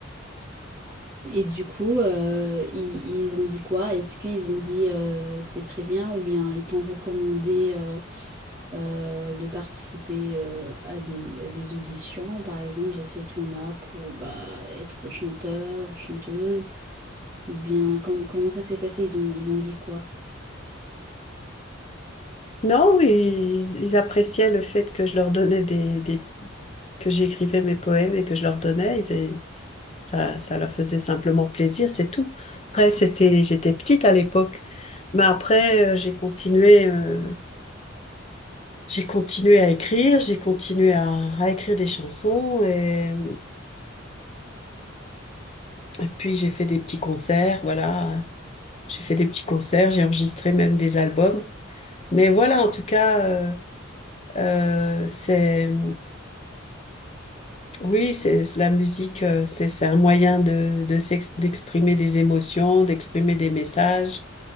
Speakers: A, on the right; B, on the left.
A: Et du coup, euh, ils, ils ont dit quoi? Est-ce qu'ils ont dit euh, c'est très bien ou bien ils t'ont recommandé euh, euh, de participer euh, à des, à des auditions? Par exemple, je sais qu'il y en a pour bah, être chanteur, ou chanteuse ou bien com- comment ça s'est passé? Ils ont, ils ont dit quoi?
B: Non, ils, ils appréciaient le fait que je leur donnais des, des- que j'écrivais mes poèmes et que je leur donnais. Ils, et ça, ça leur faisait simplement plaisir, c'est tout. Après, c'était, j'étais petite à l'époque, mais après, euh, j'ai continué, euh, j'ai continué à écrire, j'ai continué à, à écrire des chansons et, et puis j'ai fait des petits concerts, voilà. J'ai fait des petits concerts, j'ai enregistré même des albums. Mais voilà, en tout cas, euh, euh, c'est Oui, c'est c'est la musique, euh, c'est c'est un moyen de, de s'ex- d'exprimer des émotions, d'exprimer des messages,